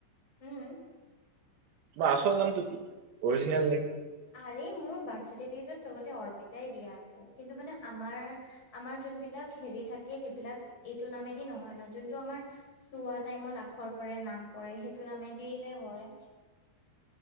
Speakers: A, on the left (about 25°); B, on the right (about 80°).
A: উম।
B: তোমাৰ আচল নামটো কি, অৰিজিনেল নেম।
A: আৰে মোৰ বাৰ্থ চাৰ্টিফিকেটত চবতে অৰ্পিতাই দিয়া আছে, কিন্তু মানে আমাৰ-আমাৰ যোনবিলাক হেৰি থাক এই সেইবিলাক এইটো নামেদি নহয় ন, যোনটো আমাৰ চোৱা টাইমত আখৰ পৰে নাম পৰে সেইটো নামেদিহে হয়।